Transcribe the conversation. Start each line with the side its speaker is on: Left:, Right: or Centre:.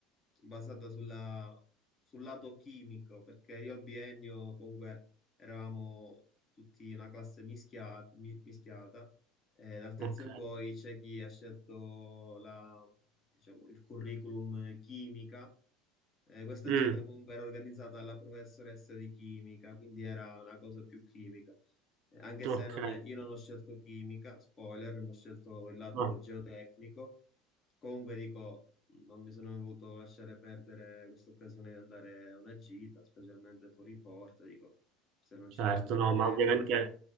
Left: basata sulla- sul lato chimico, perché io al biennio comunque eravamo tutti una classe mischia- mi- mischiata, e dal terzo
Right: Ok.
Left: in poi c'è chi ha scelto la- diciamo, il curriculum chimica Eh, questa
Right: Mm,
Left: gita comunque era organizzata dalla professoressa di chimica, quindi era una cosa più chimica. Eh, Anche
Right: ok.
Left: se non è- io non ho scelto chimica, spoiler, ma ho scelto il lato
Right: Ah,
Left: geotecnico. Comunque dico, non mi sono voluto lasciare perdere questa occasione di andare a una gita, specialmente fuori porta. Dico, se non
Right: Certo,
Left: ci vado me
Right: no,
Left: ne pento.
Right: ma ovviamente